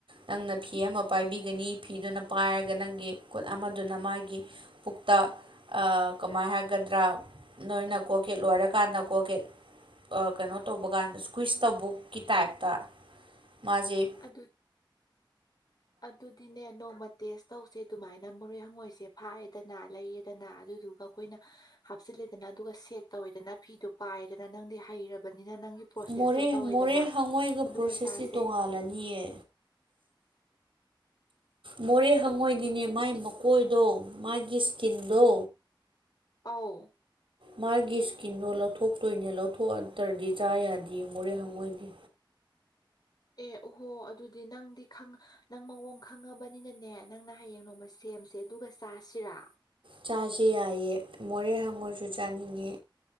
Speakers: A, on the right; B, on the left.
A: ꯅꯪꯅ ꯐꯤ ꯑꯃ ꯄꯥꯏꯕꯤꯒꯅꯤ ꯐꯤꯗꯨꯅ ꯄꯥꯏꯔꯒ ꯅꯪꯒꯤ ꯈꯨꯠ ꯑꯃꯗꯨꯅ ꯃꯥꯒꯤ ꯄꯨꯛꯇ ꯀꯃꯥꯏꯅ ꯍꯥꯏꯒꯗ꯭ꯔꯥ ꯅꯣꯏꯅ ꯀꯣꯠꯀꯦ ꯂꯣꯏꯔꯒ ꯀꯥꯟꯗꯀꯣꯒꯦ ꯀꯩꯅꯣ ꯇꯧꯕ ꯀꯥꯟꯗ ꯁ꯭ꯀ꯭ꯋꯤꯁ ꯇꯧꯕꯛꯀꯤ ꯇꯥꯏꯞꯇ ꯃꯥꯖꯦ
B: ꯑꯗꯨ ꯑꯗꯨꯗꯤꯅꯦ ꯅꯣꯡꯃ ꯇꯦꯁ ꯇꯧꯁꯦ ꯑꯗꯨꯃꯥꯏꯅ ꯃꯣꯔꯦ ꯍꯪꯉꯣꯏꯁꯦ ꯐꯥꯏꯌꯦꯗꯅ ꯂꯩꯌꯦꯗꯅ ꯑꯗꯨꯗꯨꯒ ꯑꯩꯈꯣꯏꯅ ꯍꯥꯞꯆꯤꯜꯂꯦꯗꯅ ꯑꯗꯨꯒ ꯁꯦꯛ ꯇꯧꯋꯦꯗꯅ ꯐꯤꯗꯨ ꯄꯥꯏꯗꯅ ꯅꯪꯗꯤ ꯍꯩꯔꯕꯅꯤꯅ ꯅꯪꯒꯤ ꯄ꯭ꯔꯣꯁꯦꯁꯇꯣ
A: ꯃꯣꯔꯦ
B: ꯇꯧꯋꯦꯗꯅ
A: ꯃꯣꯔꯦ ꯍꯪꯉꯣꯏꯒ
B: ꯑꯗꯨꯒ
A: ꯄ꯭ꯔꯣꯁꯦꯁꯁꯤ
B: ꯆꯥꯁꯦ
A: ꯇꯣꯡꯉꯥꯜꯂꯅꯤꯑ ꯃꯣꯔꯦ ꯍꯪꯉꯣꯏꯅꯤꯅꯦ ꯃꯥꯏ ꯃꯀꯣꯏꯗꯣ ꯃꯥꯒꯤ ꯏꯁꯀꯤꯟꯗꯣ
B: ꯑꯥꯎ
A: ꯃꯥꯒꯤ ꯏꯁꯀꯤꯟꯗꯣ ꯂꯧꯊꯣꯛꯇꯣꯏꯅꯦ ꯂꯧꯊꯣꯛꯑꯇ꯭ꯔꯗꯤ ꯆꯥ ꯌꯥꯗꯦ ꯃꯣꯔꯦ ꯍꯪꯉꯣꯏꯗꯦ
B: ꯑꯦ ꯎꯍꯣ ꯑꯗꯨꯗꯤ ꯅꯪꯗꯤ ꯈꯪ ꯅꯪ ꯃꯑꯣꯡ ꯈꯪꯉꯕꯅꯤꯅꯅꯦ ꯅꯪꯅ ꯍꯌꯦꯡ ꯅꯣꯡꯃ ꯁꯦꯝꯁꯦ ꯑꯗꯨꯒ ꯆꯥꯁꯤꯔꯥ
A: ꯆꯁꯤ ꯌꯥꯏꯌꯦ ꯃꯣꯔꯦ ꯍꯪꯉꯣꯏꯁꯨ ꯆꯥꯅꯤꯡꯉꯦ